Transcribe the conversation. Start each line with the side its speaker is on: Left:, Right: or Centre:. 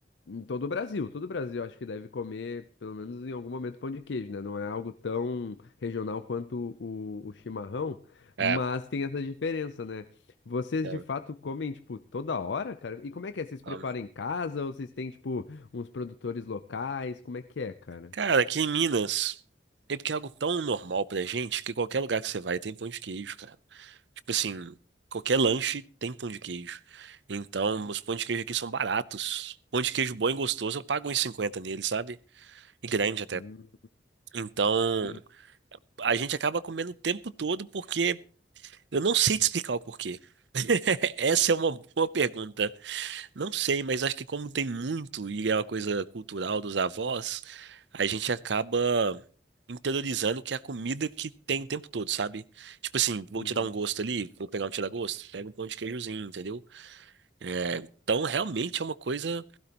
Left: em todo o Brasil. Todo o Brasil acho que deve comer, pelo menos em algum momento, pão de queijo, né? Não é algo tão regional quanto o, o chimarrão,
Right: É,
Left: mas tem essa diferença, né? Vocês
Right: é,
Left: de fato comem, tipo, toda hora, cara? E como é que é? Vocês preparam
Right: um,
Left: em casa ou vocês têm, tipo, uns produtores locais? Como é que é, cara?
Right: cara, aqui em Minas, é porque é algo tão normal pra gente que qualquer lugar que você vai tem pão de queijo, cara. Tipo assim, qualquer lanche tem pão de queijo. Então, os pão de queijo aqui são baratos. Pão de queijo bom e gostoso, eu pago uns 50 nele, sabe? E grande até.
Left: Hum,
Right: Então,
Left: sim.
Right: a gente acaba comendo o tempo todo porque Eu não sei te explicar o porquê. <laughs> Essa é uma boa pergunta. Não sei, mas acho que como tem muito e é uma coisa cultural dos avós, a gente acaba interiorizando que é a comida que tem o tempo todo, sabe? Tipo assim, vou
Left: Uhum.
Right: tirar um gosto ali, vou pegar um tira-gosto, pega um pão de queijozinho, entendeu? É, então realmente é uma coisa.